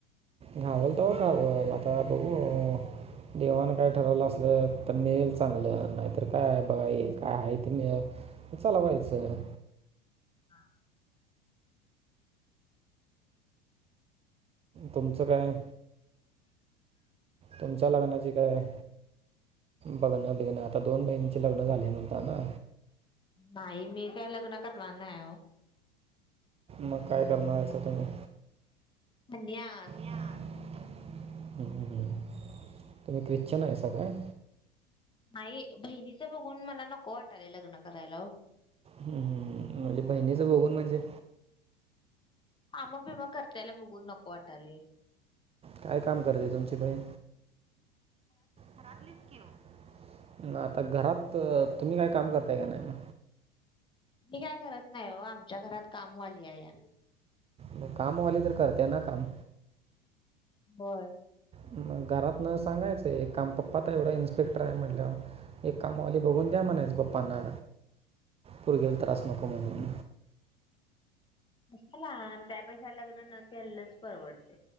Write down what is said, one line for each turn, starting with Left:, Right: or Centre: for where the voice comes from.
Right: घावलं तेव्हा घावलं आता बघू. देवान काय ठरवलं असल तर मिळेल चांगलं, नाहीतर काय बघा येईल काय ते मिळंल चलावायचं
Left: हा,
Right: तुमचं काय, तुमच्या लग्नाची काय? बघाना झालोय ना आता दोन महिनंचे लग्न झाले म्हणता ना
Left: नाही मी काय लग्न करणार नाही ओ
Right: मग काय करणार आहेसा तुम्ही?
Left: संन्यास
Right: हं, हं, हं तुम्ही ख्रिश्चन आहेसा त काय?
Left: नाही बहिणीचं बघून मला नको वाटालंय लग्न करायला ओ.
Right: हम् -हम् म्हणजे बहिणीचं बघून म्हणजे?
Left: कामं बिमं करत्याला बघून नको वाटायले.
Right: काय काम करते, तुमची बहीण? घरातलीच कि ओ अन् आता घरात तुम्ही काय काम करताय का नाही म?
Left: मी काय करत नाही ओ, आमच्या घरात कामवाली आहे या.
Right: म कामवाली तर करत्या ना काम.
Left: होय,
Right: भ घरात न सांगायचंय एक काम पप्पा तर एवढा इन्स्पेक्टर आहे म्हटल्यावर एक कामावाली बघून द्या म्हणायच पप्पांना, पोरगी ला त्रास नको म्हणून.
Left: कशाला त्यापेक्षा लग्न न केलेलंच परवडते.